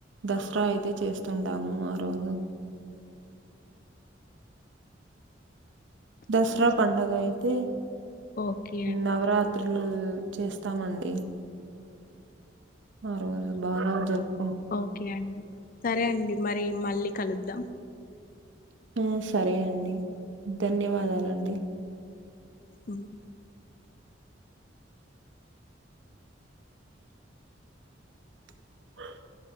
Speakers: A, on the right; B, on the left.
A: దస్రా అయితే చేస్తుంటాము ఆ రోజు దస్రా పండగైతే
B: ఓకే
A: నవరాత్ త్రులు చేస్తామండి ఆ రోజు బాగా జరుప్
B: ఓకే అండి సరే అండి మరి మళ్ళీ కలుద్దాం
A: ఉమ్ సరే అండి ధన్యవాదాలండి
B: ఉమ్
A: అ